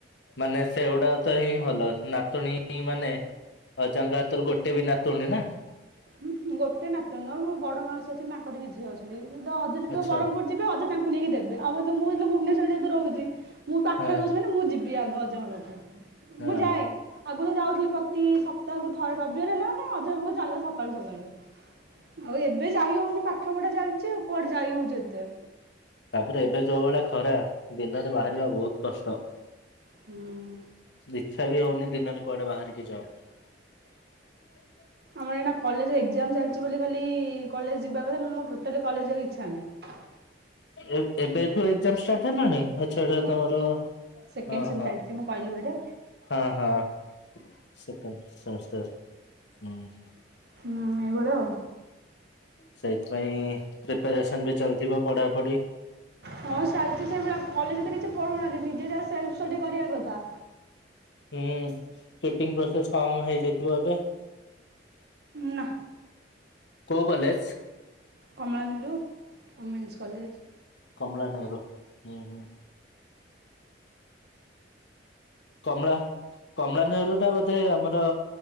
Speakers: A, on the left; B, on the right.
A: ମାନେ ସେଗୁଡା ତ ହିଁ ଭଲ ନାତୁଣୀ ମାନେ ଆଉ ଅଜା ଙ୍କ ହାତରୁ ଗୋଟେ ବି ନାତୁଣୀ ନା।
B: ହୁଁ ଗୋଟେ ନାତୁଣୀ ନୁହଁ ମୋ ବଡ ମାଉସୀ ଅଛି ତାଙ୍କରି ବି ଝିଅ ଅଛନ୍ତି। ଯ ଅଜା ଯେତେବେଳ
A: ଆଚ୍ଛା।
B: ବ୍ରହ୍ମପୁର ଯିବେ ଅଜା ତାଙ୍କୁ ନେଇକି ଦେବେ ଆଉ ମୁଁ ଯେ ଭୁବନେଶ୍ୱରରେ ଯେହେତୁ ରହୁଛି ମୁଁ ପାଖରେ
A: ହଁ
B: ରହୁଛି ମାନେ ମୁଁ ଯିବି ଆଗ ଅଜା ଙ୍କ ପାଖକୁ
A: ହଁ
B: ଯାଏ ଆଗରୁ ଯାଉଛି। ପ୍ରତି ସପ୍ତାହକୁ ଥରେ ରବିବାର ହେଲା ମାନେ ଅଜା ଚାଲ ସକାଳୁ ସକାଳୁ ଆଉ ଏବେ ଯାଇ ହଉନି ପାଠ ପଢା ଚାଲିଛି ଆଉ କୁଆଡେ ଯାଇ ହଉଛି ଏତେ।
A: ତାପରେ ଏବେ ଯୋଉବେଳେ ଖରା ଦିନରେ ବାହାରିବା ବହୁତ କଷ୍ଟ।
B: ହୁଁ
A: ଇଛା ବି ହଉନି ଦିନରେ କୁଆଡେ ବାହାରିକି ଯାଉ। <inaudible>
B: ଆମର ଏଇନା କଲେଜ ଏକ୍ସାଂ ଚାଲିଛି ବୋଲି ଖାଲି କଲେଜ୍ ଯିବା କଥା ନହେଲେ ମୋର ଟୋଟଲି କଲେଜ୍ ଯିବାକୁ ଇଚ୍ଛା ନାହିଁ।
A: ଏ ଏବେଠୁ ଏକ୍ଜାମ ଷ୍ଟାର୍ଟ ହେଲାଣି। ଆଛାଟା
B: ଆମର
A: ତମର ହଁ
B: ସେକେଣ୍ଡ ସେମ୍
A: ହଁ
B: ଚାଲିଛି ମୁଁ କହିଲି ବୋଧେ
A: ହଁ ହଁ। ସେକେଣ୍ଡ ସେମି ଷ୍ଟାର୍ ହୁଁ।
B: ହୁଁ ଏଇଭଳି ଆଉ।
A: ସେଇଥିପାଇଁ ପ୍ରିପାରେସନ ବି ଚାଲିଥିବ। ପଢାପଢି
B: ହଁ ଚାଲିଛି ସେଇଭଲିଆ। କଲେଜ ରେ ତ କିଛି ପଢ଼ଉ ନାହାନ୍ତି ନିଜେ ଯାହା ସେଲ୍ଫ ଷ୍ଟଡି କରିବା କଥା।
A: ହୁଁ ଚୁଟିଂ ପ୍ରୋସେସ କମ ହେଇଯାଇଥିବ ଏବେ
B: ନା।
A: କୋଉ college?
B: Kamala Nehru women's college.
A: Kamala Nehru ହୁଁ ହୁଁ। କମଳା କମଳା ନେହେରୁ ଟା ବୋଧେ ଆମର